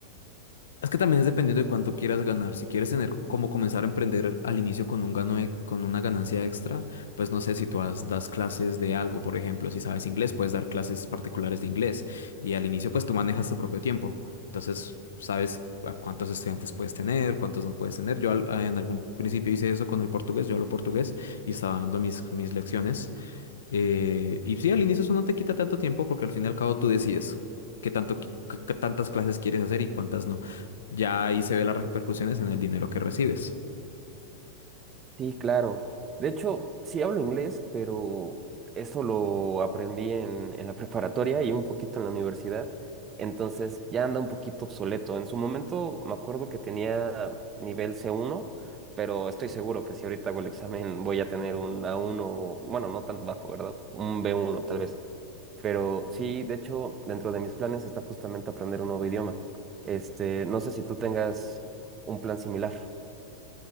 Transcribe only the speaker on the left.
Es que también es dependiendo de cuánto quieras ganar. Si quieres tener como comenzar a emprender al inicio con un gano e- con una ganancia extra, pues no sé si tú has- das clases de algo, por ejemplo, si sabes inglés, puedes dar clases particulares de inglés y al inicio pues tú manejas tu propio tiempo. Entonces, sabes a cuántos estudiantes puedes tener, cuántos no puedes tener. Yo al- en algún principio hice eso con el portugués, yo hablo portugués y estaba dando mis, mis lecciones. Eh, y sí, al inicio eso no te quita tanto tiempo porque al fin y al cabo tú decides qué tanto, qui- qué- qué tantas clases quieres hacer y cuántas no. Ya ahí se ve las repercusiones en el dinero que recibes.